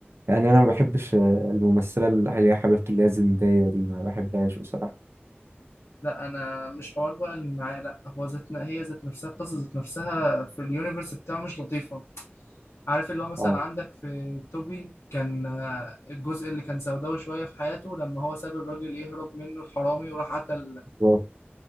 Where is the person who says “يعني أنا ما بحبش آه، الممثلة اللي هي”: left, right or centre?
Right